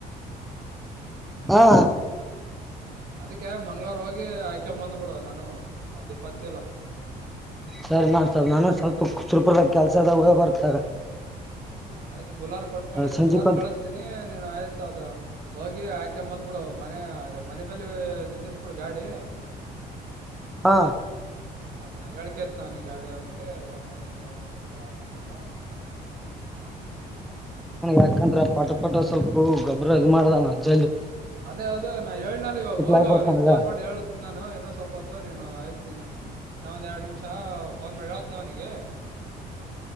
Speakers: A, in the centre; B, on the right.
A: ಹಾ
B: ಅದಕ್ಕೆ ಮಂಗ್ಳವಾರ ಹೋಗಿ ಆಯ್ಕೊ ಬಂದ್ಬಿಡುವ ನಾನು ಒಂದ್ ಇಪ್ಪತ್ತಚಿಲ್
A: ಸರಿ ನಾನ್ ಸ್ ನಾನ ಸ್ವಲ್ಪ ಸುರಪುರದಾಗ ಕೆಲ್ಸದ ಬರ್ತಾ
B: ನಾನ್ ಆಯ್ತು ಬುಲಾರ್ ಕೊಟ್ ಕಳಸ
A: ಸಂಜೆಕ್
B: ಬುಲೇರ್
A: ಒಂದ್
B: ಕಳಸ್ತೀನಿ ನೀನ್ ಆಯ್ತು ಅದ ಹೋಗಿ ಹಾಕ ಬಂದ್ಬಿಡು ಮನೆ ಅದೇ ಮನೆ ಬಲಿ ನಿಂದಿರಸ ಬೀಡು ಗಾಡಿ
A: ಹಾ
B: ಹ ನಾ ಹೇಳ್ಕೆ ಅಂತ ನ ಅವನಿಗೆ ಗಾಡಿ ಅವನಿಗೆ ನ್ ನಡ್ತದಾವ ಗತ್ತರ ಅನಲ್ಲ
A: ಯಾಕಂದ್ರೆ ಪಟ ಪಟ ಸ್ವಲ್ಪ ಗೊಬ್ಬರ ಇ್ ಮಾಡದಾನ ಜಲ್ದ
B: ಅದೇ ಅೌದು ನಾ ಹೇಳನ ಇವಾಗ ಹೋಗ
A: ಆಗ್ಬಿಡತ್
B: ಅವ್ನಿಗೆ
A: ನನಗ
B: ಫೋನ್ ಮಾಡಿ ಹೇಳತ್ ನಾನು ಇನ್ನೊ ಸೊಪತ್ತು ನೀನು ಆಯ್ತು ನೀನು ಇನ್ನ ಒಂದ್ ಎರಡು ನಿಮಿಷ ಫೋನ್ ಮಾಡಿ ಅವತ್ ನ ಅವನಿಗೆ